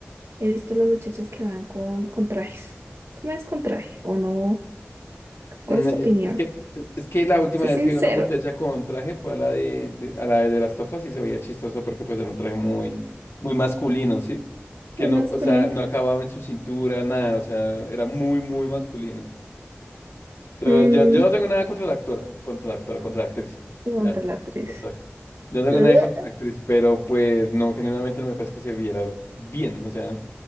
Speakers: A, on the right (about 75°); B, on the left (about 85°).
A: he visto las muchachas que van con, con trajes. ¿Tú me ves con traje o no?
B: Mm,
A: ¿Cuál es
B: eh,
A: tu opinión?
B: Es que, eh, es que la última
A: Sé
B: vez
A: sincero,
B: que vi una muchacha con traje fue a la de, de- a la de, las tofas y se veía chistoso porque pues era un traje muy, muy masculino, ¿sí? Que
A: muy
B: no,
A: masculino.
B: o sea, no acababa en su cintura, nada, o sea, era muy, muy masculino. Entonces,
A: Mm,
B: yo, yo no tengo nada contra la actora, contra la actora, contra la actriz.
A: y monta
B: Mira,
A: la actriz.
B: contra la- yo no tengo
A: Ugh.
B: nada en contra de la actriz, pero pues no, genuinamente no me parece que se viera bien, o sea.